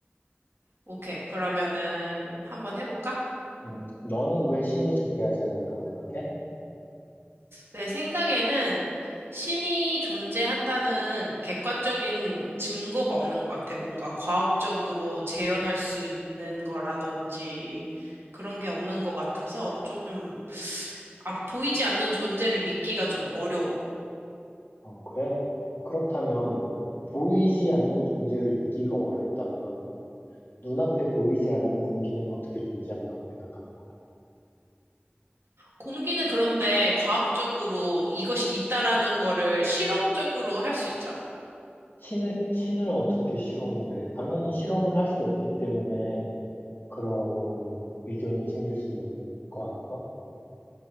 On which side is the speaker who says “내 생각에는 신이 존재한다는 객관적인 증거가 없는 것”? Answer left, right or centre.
Right